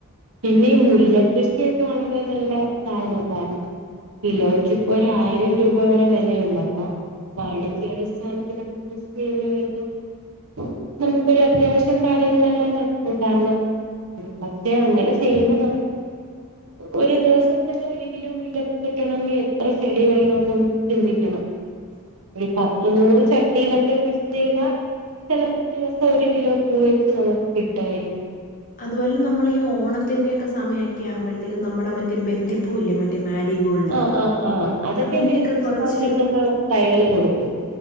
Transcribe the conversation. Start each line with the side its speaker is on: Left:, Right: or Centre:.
Right: പിന്നെ ഈ മുല്ല കൃഷിയൊക്കെ വളരെ നല്ല സാധനമാണ് കാരണം കിലോയ്ക്ക് ഇപ്പൊ ഒരായിരം രൂപ വരെ വെലയുണ്ടാക്ക. വാണിജ്യ അടിസ്ഥാനത്തിനൊക്കെ <unintelligible> നമുക്ക് ഒര അത്യാവശ്യം കാര്യങ്ങളെല്ലാം <inaudible> കാരണം പക്ഷെ അങ്ങനെ ചെയ്യുമ്പോ നമ്മൾ ഒരു ദിവസം തന്നെ ഒര് കിലോ മുല്ലപ്പൂ കിട്ടണങ്കിൽ എത്ര ചെടി <unintelligible> ചിന്തിക്കണം ഒരു പത്ത്, നൂറ് ചട്ടിയിലൊക്കെ കൃഷി ചെയ്താ ചെലപ്പോ ദിവസം ഒരു കിലോ പൂ വെച്ച് നമുക്ക് കിട്ടായിരിക്കും
Left: അതുപോലെ നമ്മൾ ഈ ഓണത്തിന്റെ ഒക്കെ സമയക്കെ ആകുമ്പഴത്തേലും നമ്മടെ മറ്റേ ബന്ധിപ്പൂ ഇല്ലേ മ റ്റേ മാരിഗോൾഡ്
Right: ആഹ് ആഹ് ആഹ് അതൊക്കെ
Left: അതിന്റെയൊക്കെ
Right: ഇനി കൃഷി
Left: കുറച്ച്
Right: ഭവനിന്നൊക്കെ തൈകള് കൊടുക്കും.